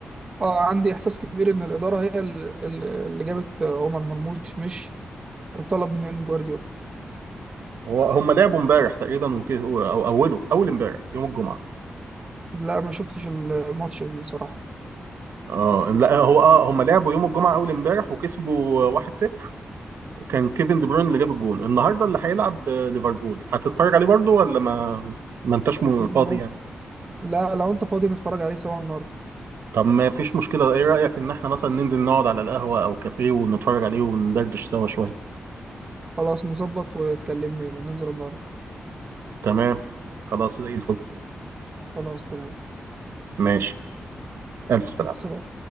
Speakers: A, on the right; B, on the right.
A: اه عندي احساس كبير ان الاداره هي ال- ال- اللي جابت عمر مرموش مش طلب من جوارديولا
B: هو هم لعبوا امبارح تقريبا وكده او اوله اول امبارح يوم الجمعه
A: لا ما شفتش الماتش بصراحه
B: اه لا هو اه هم لعبوا يوم الجمعه اول امبارح وكسبوا 1-0 كان كيفن دي بروين اللي جاب الجون النهارده اللي هيلعب آه، ليفربول هتتفرج عليه برضو ولا ما ما انتش م-
A: ما-
B: فاضي يعني
A: لا لو انت فاضي نتفرج عليه سوا النهارده
B: طب ما فيش مشكله ايه رايك ان احنا مثلا ننزل نقعد على القهوه او كافيه ونتفرج عليه وندردش سوا شويه
A: خلاص نظبط وتكلمني وننزل النهارده
B: تمام خلاص زي الفل
A: خلاص تمام
B: ماشي الف سلامه
A: سلام